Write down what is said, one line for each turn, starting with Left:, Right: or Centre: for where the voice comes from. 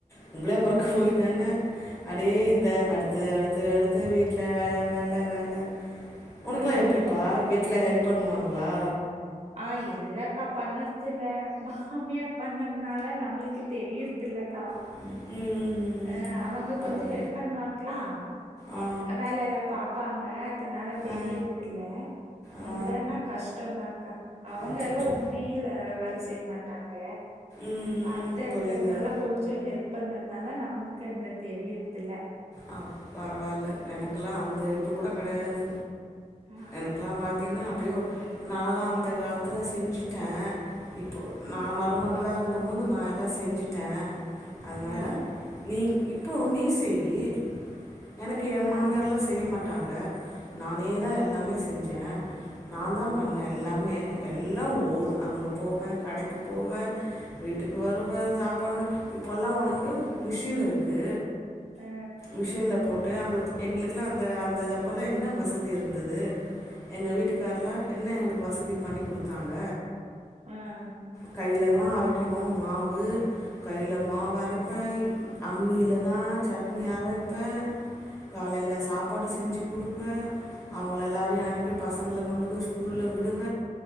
Left: பொம்பளையா பொறக் போய் தான அடே இந்த அடுத்து அடுத்து அடுத்து வீட்ல வேல வேல வேல உனக்குலா
Right: ஐயோ!
Left: எப்டிப்பா வீட்ல ஹெல்ப் பண்ணுவாங்ளா
Right: ஆ இல்லக்கா பண்ணர்தில்ல மாமியார் பண்ணர்துனால நம்மளுக்கு தெரியர்தில்லக்கா
Left: ம்
Right: அ அவங்க
Left: பாரு
Right: கொஞ்சோ ஹெல்ப் பண்ணுவாங்ளா
Left: ஆ
Right: வேலெல்லா பாப்பாங்க அதனால தெரியறதுல்ல
Left: ஆ ஆ
Right: இல்லனா கஷ்டந்தாக்கா அவங்க
Left: அச்சோ
Right: எல்லா ஒன்னுமே இல்ல வேல செய்ய மாட்டாங்க
Left: ம்
Right: அத்த இருக்கறனால
Left: புரியுது
Right: கொஞ்சோ ஹெல்ப் பண்ணனால நா அதுக்கண்ந்த தெரியறதுல்ல
Left: அ பரவால்ல எனக்குல்லா அந்த ஹெல்ப்பு கூட கெடையாது
Right: ஆ
Left: எனக்குல்லா ம்ம பாத்தீங்கன்னா அப்பயோ நாலா அந்த
Right: ஆ
Left: காலத்துல செஞ்சிட்ட இப்போ நா மருமகளா இருந்தமோது நா எல்லா செஞ்சுட்ட
Right: ஆ
Left: அதனால நீங் இப்போ நீ செய்யி எனக்கு
Right: ஆ
Left: என் மாமியார்லா
Right: ஆ
Left: செய்ய மாட்டாங்க நானே தா எல்லாமே செஞ்ச நா தா பண்ண எல்லாமே எல்லா ஓடு அங்க போவ கடைக்கு போவ வீட்டுக்கு வருவ சாப்பாடு இப்போல்லா உனக்கு மிஷினு இருக்கு
Right: அ
Left: மிஷின்ல போட்டு அவுங்களுக் எங்களுகெல்லா அந்த அந்த அப்போல்லா என்ன வசதி இருந்துது எங்க வீட்டுக்கார்ல்லா என்ன எங்களுக்கு வசதி பண்ணி கொடுத்தாங்க
Right: அ
Left: கையில தா அரைக்கணு மாவு கையில மாவு அரைப்ப அம்மியில தா சட்னி அரைப்ப காலையில சாப்பாடு செஞ்சு கொடுப்ப அவுங்கள எல்லாரையு அனுப்பி பசங்கள கொண்டு போய் ஸ்கூல்ல விடுவ